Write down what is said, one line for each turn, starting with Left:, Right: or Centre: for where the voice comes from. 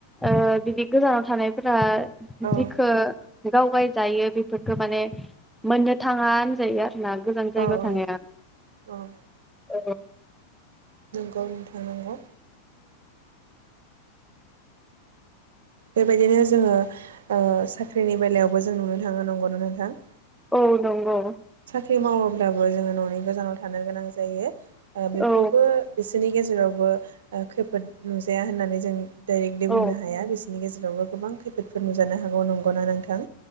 Centre: ओ बिदि गोजानाव थानायफोरा
Right: औ
Centre: जिखो गाव गाय जायो बेफोरखौ माने मोननो थाङा होनजायो आरो गोजान गोजान जायगायाव
Right: औ
Centre: थानाया
Right: औ
Centre: औ।
Right: नंगौ नोंथां। होननांगौ बेबायदिनो जोङो साख्रिनि बेलायावबो जों नुनो थाङो नंगौ ना नोथां?
Centre: औ नंगौ।
Right: साख्रि मावोब्लाबो जोङो न'नि गोजानाव थानो गोनां जायो। ओ बेफोरबो
Centre: औ
Right: बिसोरनि गेजे जेरावबो खैफोद नुजाया होननानै जों दै दि
Centre: औ
Right: बुंनो हाया बिसोरनि गेजेर जेरावबो गोबां खैफोदफोर नुजानो हागौ नंगौना नोंथां?